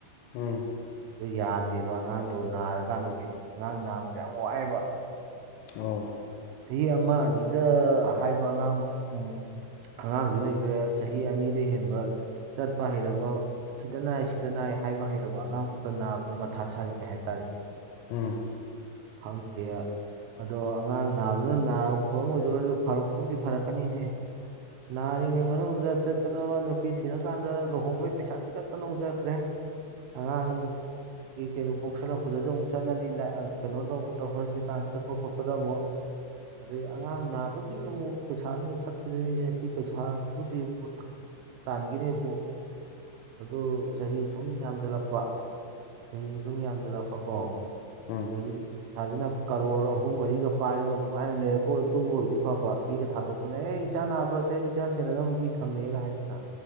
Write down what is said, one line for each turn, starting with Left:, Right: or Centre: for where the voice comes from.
Left: ꯎꯝ
Right: ꯌꯥꯗꯦꯕ ꯑꯉꯥꯡꯗꯣ ꯅꯥꯔꯀꯥꯟꯗꯒꯤ ꯑꯉꯥꯡ ꯅꯥꯕꯁꯦ ꯌꯥꯝ ꯋꯥꯏꯑꯦꯕ
Left: ꯑꯣ
Right: ꯆꯍꯤ ꯑꯃ ꯑꯅꯤꯗ ꯍꯥꯏꯕ ꯑꯉꯥꯡ ꯎ ꯑꯉꯥꯡꯁꯨ ꯂꯩꯈ꯭ꯔꯦ ꯆꯍꯤ ꯑꯅꯤꯗ ꯍꯦꯟꯕ ꯆꯠꯄ ꯍꯩꯔꯕ ꯁꯤꯗ ꯅꯥꯏ ꯁꯤꯗ ꯅꯥꯏ ꯍꯥꯏꯕ ꯍꯩꯔꯕ ꯑꯉꯥꯡꯃꯛꯇ ꯅꯥꯕꯗ ꯃꯊꯥ ꯁꯥꯔꯤꯅꯦ ꯍꯥꯏꯇꯥꯔꯦ
Left: ꯎꯝ
Right: ꯈꯪꯗꯦꯌꯥ ꯑꯗꯣ ꯑꯉꯥꯡ ꯅꯥꯕꯗꯨꯅ ꯅꯥꯕ ꯑꯃ ꯑꯣꯏꯖꯒꯁꯨ ꯐꯔꯛꯄꯕꯨꯗꯤ ꯐꯔꯛꯀꯅꯤꯅꯦ ꯅꯥꯔꯤꯉꯩ ꯃꯅꯨꯡꯗꯨꯗ ꯆꯠꯀꯗꯕ ꯅꯨꯄꯤ ꯊꯤꯔꯀꯥꯟꯗ ꯂꯨꯍꯣꯡꯕꯩ ꯄꯩꯁꯥꯇꯤ ꯀꯛꯇ ꯅꯣꯡꯖꯈ꯭ꯔꯦ ꯑꯉꯥꯡ ꯀꯩꯅꯣ ꯄꯣꯛꯁꯜꯂꯛꯄꯗꯁꯨ ꯑꯃꯨꯛ ꯆꯠꯂꯅꯤ ꯀꯩꯅꯣ ꯇꯧꯕꯗ ꯍꯣꯁꯄꯤꯇꯥꯜ ꯆꯠꯄ ꯈꯣꯠꯄꯗ ꯑꯃꯨꯛ ꯑꯗꯩ ꯑꯉꯥꯡ ꯅꯥꯕꯒꯤ ꯑꯃꯨꯛ ꯄꯩꯁꯥꯁꯨ ꯑꯃꯨꯛ ꯆꯠꯈꯤꯗꯣꯏꯅꯤ ꯁꯤ ꯄꯩꯁꯥꯗꯨꯕꯨꯗꯤꯕꯨꯗꯤ ꯇꯥꯟꯈꯤꯔꯦꯕꯨ ꯑꯗꯨ ꯆꯍꯤ ꯁꯨꯝ ꯌꯥꯝꯁꯤꯜꯂꯛꯄ ꯆꯍꯤꯁꯤ ꯁꯨꯝ ꯌꯥꯝꯁꯤꯜꯂꯛꯄ ꯀꯣ
Left: ꯎꯝ
Right: ꯑꯗꯨꯗꯒꯤꯗꯤ ꯏꯁꯥꯁꯤꯅ ꯀꯔꯣꯔ ꯑꯍꯨꯝ ꯃꯔꯤꯒ ꯄꯥꯏꯔꯒ ꯅꯨꯡꯉꯥꯏꯅ ꯂꯩꯔꯕ ꯑꯣꯏ ꯇꯨꯝꯕꯔꯗꯤ ꯐꯕ ꯃꯤꯒ ꯊꯥꯗꯣꯛ ꯑꯗꯨꯅ ꯑꯦ ꯏꯆꯥ ꯅꯥꯕ꯭ꯔꯁꯦ ꯏꯆꯥ ꯁꯦꯟꯅꯅꯕ ꯃꯤ ꯊꯝꯃꯦꯒ ꯍꯥꯏꯗꯅ